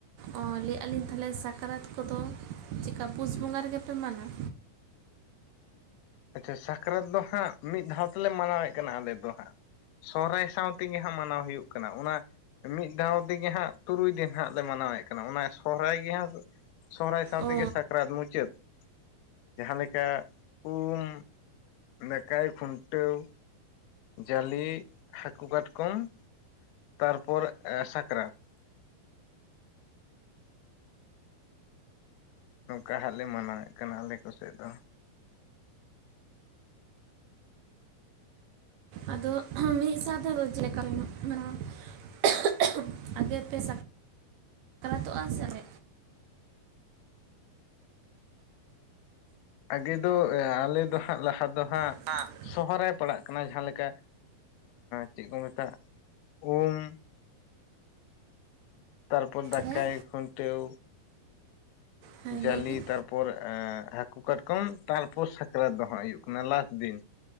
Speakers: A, on the right; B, on the left.
A: ᱚ ᱞᱟᱹᱭᱮᱫᱼᱟᱞᱤᱧ ᱛᱟᱦᱚᱞᱮ ᱥᱟᱠᱨᱟᱛ ᱠᱚᱫᱚ ᱪᱮᱫᱠᱟ ᱯᱩᱥ ᱵᱚᱸᱜᱟ ᱨᱮᱜᱮᱯᱮ ᱢᱟᱱᱟᱣ
B: ᱟᱪᱪᱷᱟ ᱥᱟᱠᱨᱟᱛ ᱫᱚ ᱦᱟᱸᱜ ᱢᱤᱫ ᱫᱷᱟᱣ ᱛᱮᱞᱮ ᱢᱟᱱᱟᱣᱮᱫ ᱠᱟᱱᱟ ᱟᱞᱮ ᱫᱚ ᱦᱟᱸᱜ᱾ ᱥᱚᱦᱨᱟᱭ ᱥᱟᱸᱶ ᱛᱤ ᱧᱟᱦᱟᱸᱜ ᱢᱟᱱᱟᱣ ᱦᱩᱭᱩᱜ ᱠᱟᱱᱟ ᱚᱱᱟ ᱚᱱᱟ ᱢᱤᱫ ᱫᱷᱟᱣ ᱛᱮᱜᱮ ᱦᱟᱸᱜ ᱛᱩᱨᱩᱭ ᱫᱤᱱ ᱦᱟᱸᱜ ᱞᱮ ᱢᱟᱱᱟᱣᱮᱫ ᱠᱟᱱᱟ ᱚᱱᱟ ᱥᱚᱦᱨᱟᱭ ᱜᱮ ᱦᱟᱸᱜ ᱥᱚᱦᱨᱟᱭ ᱥᱟᱸᱶ
A: ᱚ
B: ᱛᱮᱜᱮ ᱥᱟᱠᱨᱟᱛ ᱢᱩᱪᱟᱹᱫ ᱡᱟᱦᱟᱸ ᱞᱮᱠᱟ ᱩᱢ, ᱱᱟᱠᱟᱭ, ᱠᱷᱩᱱᱴᱟᱹᱣ᱾ ᱡᱟᱞᱮ ᱦᱟᱹᱠᱩ ᱠᱟᱴᱠᱚᱢ ᱛᱟᱨᱯᱚᱨ ᱮᱸ ᱥᱟᱠᱨᱟᱛ᱾ ᱱᱚᱝᱠᱟ ᱦᱟᱸᱜ ᱞᱮ ᱢᱟᱱᱟᱣᱮᱫ ᱠᱟᱱᱟ ᱟᱞᱮ ᱠᱚ ᱥᱮᱫ ᱫᱚ᱾
A: ᱟᱫᱚ ᱢᱤᱫ ᱥᱟᱶ ᱛᱮᱫᱚ ᱪᱮᱫ ᱞᱮᱠᱟ ᱯᱮ ᱢᱟᱱᱟᱣᱜ ᱠᱟᱱᱟ? ᱟᱜᱮ ᱯᱮ ᱥᱟᱠ-ᱨᱟᱛᱚᱜ-ᱟ ᱥᱮ ᱯᱮ
B: ᱟᱜᱮ ᱫᱚ ᱟᱞᱮ ᱟ ᱫᱚ ᱦᱟᱸᱜ ᱞᱟᱦᱟ ᱫᱚ ᱦᱟᱸᱜ
A: <unintelligible>
B: ᱥᱚᱦᱚᱨᱟᱭ ᱯᱟᱲᱟᱜ ᱠᱟᱱᱟ ᱡᱟᱦᱟᱸ ᱞᱮᱠᱟ ᱪᱮᱫ ᱠᱚ ᱢᱮᱛᱟᱜ ᱩᱢ, ᱛᱟᱨᱯᱚᱨ ᱫᱟᱠᱟᱭ
A: ᱦᱮᱸ
B: ᱠᱷᱩᱱᱴᱟ. ᱣ,
A: ᱦᱮᱸ
B: ᱡᱟᱞᱮ
A: ᱞᱟᱹᱭ ᱵᱤᱱ
B: ᱛᱟᱨᱯᱚᱨ ᱮ ᱦᱟᱹᱠᱩ ᱠᱟᱴᱠᱚᱢ ᱛᱟᱨᱯᱚᱨ ᱥᱟᱠᱨᱟᱛ ᱫᱚ ᱦᱟᱸᱜ ᱦᱩᱭᱩᱜ ᱠᱟᱱᱟ ᱞᱟᱥ ᱫᱤᱱ,